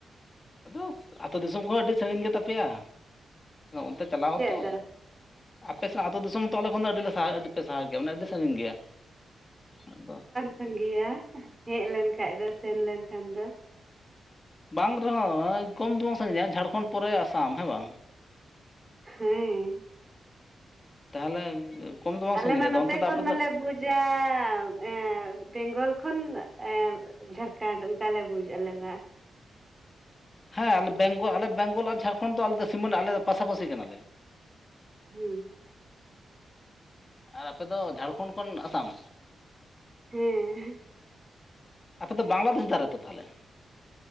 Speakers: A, on the left; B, on the right.
A: ᱟᱫᱚ ᱟᱹᱛᱩ ᱫᱤᱥᱚᱢ ᱠᱚᱦᱚᱸ ᱟᱹᱰᱤ ᱥᱟᱹᱜᱤᱧ ᱜᱮᱛᱟ ᱯᱮᱭᱟ ᱚᱱᱛᱮ ᱪᱟᱞᱟᱣ ᱦᱚᱸᱛᱚ
B: ᱪᱮᱫ ᱫᱚ
A: ᱟᱯᱮ ᱥᱟᱜ ᱟᱹᱛᱩ ᱫᱤᱥᱚᱢ ᱛᱚ ᱟᱞᱮ ᱠᱷᱚᱱ ᱫᱚ ᱟᱹᱰᱤᱞᱮ ᱥᱟᱦᱟᱜᱼᱟ ᱟᱹᱰᱤ ᱯᱮ ᱥᱟᱦᱟᱣ ᱜᱮᱭᱟ ᱢᱟᱱᱮ ᱟᱹᱰᱤ ᱥᱟᱺᱜᱤᱧ ᱜᱮᱭᱟ ᱟᱫᱚ
B: ᱥᱟᱸᱜᱮᱭᱟ ᱦᱮᱡ ᱞᱮᱱ ᱠᱷᱟᱱ ᱫᱚ ᱥᱮᱱ ᱞᱮᱱ ᱠᱷᱟᱱ ᱫᱚ
A: ᱵᱟᱝ ᱨᱮᱦᱚᱸ ᱠᱚᱢ ᱫᱚᱢ ᱥᱟᱺᱜᱤᱧᱟ ᱡᱷᱟᱲᱠᱷᱚᱸᱰ ᱯᱚᱨᱮ ᱟᱥᱟᱢ ᱦᱮᱸ ᱵᱟᱝ
B: ᱦᱮᱸ
A: ᱛᱟᱦᱚᱞᱮ ᱠᱚᱢ ᱫᱚ ᱵᱟᱝ
B: ᱟᱞᱮ
A: ᱥᱟᱺᱜᱤᱧᱟ
B: ᱢᱟ
A: ᱟᱫᱚ
B: ᱱᱚᱛᱮ
A: ᱚᱱᱛᱮ ᱫᱚ
B: ᱠᱷᱚᱱ
A: ᱟᱯᱮ
B: ᱢᱟᱞᱮ
A: ᱫᱚ
B: ᱵᱩᱡᱟ ᱮ ᱵᱮᱝᱜᱚᱞ ᱠᱷᱚᱱ ᱮ ᱡᱷᱟᱲᱠᱷᱚᱱᱰ ᱚᱱᱠᱟ ᱞᱮ ᱵᱩᱡ ᱟᱞᱮ ᱢᱟ
A: ᱦᱮᱸ ᱟᱞᱮ ᱵᱮᱝᱜᱚᱞ ᱟᱞᱮ ᱵᱮᱝᱜᱚᱞ ᱟᱨ ᱡᱷᱟᱲᱠᱷᱚᱸᱰ ᱫᱚ ᱟᱞᱮ ᱫᱚ ᱥᱤᱢᱟᱹᱱᱟ ᱟᱞᱮ ᱫᱚ ᱯᱟᱥᱟᱯᱟᱥᱤ ᱠᱟᱱᱟᱞᱮ
B: ᱦᱩᱸ
A: ᱟᱨ ᱟᱯᱮ ᱫᱚ ᱡᱷᱟᱲᱠᱷᱚᱸᱰ ᱠᱷᱚᱱ ᱟᱥᱟᱢ
B: ᱦᱮᱸ
A: ᱟᱯᱮ ᱫᱚ ᱵᱟᱝᱞᱟᱫᱮᱥ ᱫᱟᱨᱮ ᱨᱮᱛᱚ ᱛᱟᱦᱚᱞᱮ